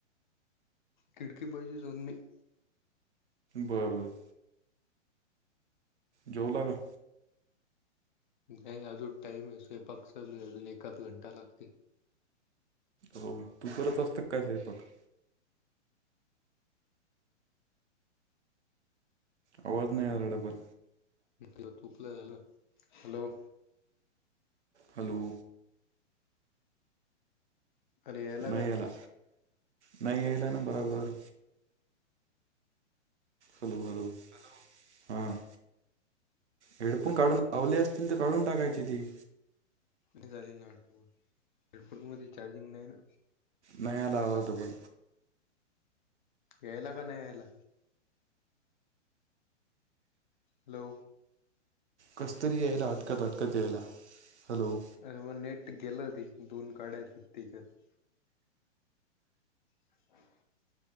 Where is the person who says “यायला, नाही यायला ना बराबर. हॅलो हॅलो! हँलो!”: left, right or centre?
Right